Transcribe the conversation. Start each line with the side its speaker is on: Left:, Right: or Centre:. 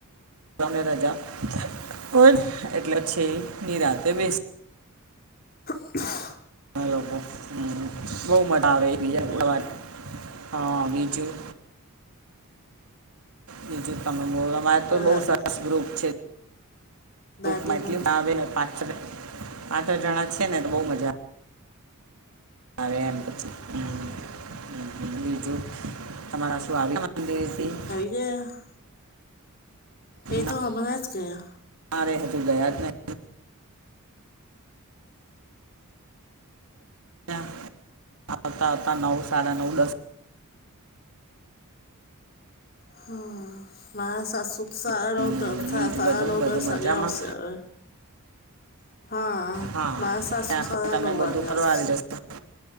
Right: કરાને રજા હોયને એટલે પછી ની રાતે બેસીએ
Left: <inaudible>
Right: આ લોકો હમ્મ બઉ મજા આવે એક બીજાની
Left: બરાબર
Right: ઉડાવાન હા બીજું બીજું તમે બોલો માર
Left: બરાબર
Right: તો બઉ સરસ ગ્રુપ છે. ગ્રુપમાં
Left: દાદીમાં
Right: એટલી <unintelligible> આવે ને પાંચ છ જણા પાંચ જ જણા છે ને તો બહુ મજા આવે એમ પછી હમ્મ. બીજું તમારા શું આવી <unintelligible>
Left: એ એ
Right: ના
Left: તો હમણાં જ ગયો
Right: મારે હજું ગયા જ નહી ત્યાં આવતા આવતા નવ સાડા નવ દસ
Left: હા. મારે સાસુ સાડા
Right: હમ,
Left: નવ થયા
Right: બીજું
Left: સાડા
Right: બધું
Left: નવ
Right: બધું
Left: દસ
Right: મજામાં
Left: વાગે આવશે હવે હા
Right: હા
Left: મારા સાસુ
Right: ત્યાં
Left: સસ
Right: સુધી તમે
Left: નવ
Right: બધું
Left: વાગે આવશે
Right: પરવારી જશો